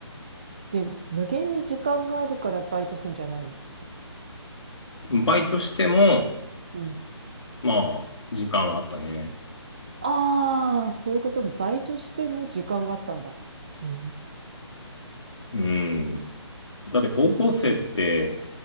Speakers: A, on the right; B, on the left.
A: で、無限に時間があるからバイトすんじゃないの
B: バイトしても、
A: うん。
B: まあ、時間はあったね。
A: ああ、そういうこと、バイトしても時間があったんだ。へえ、
B: うん。だって高校生って、
A: そうなんだ。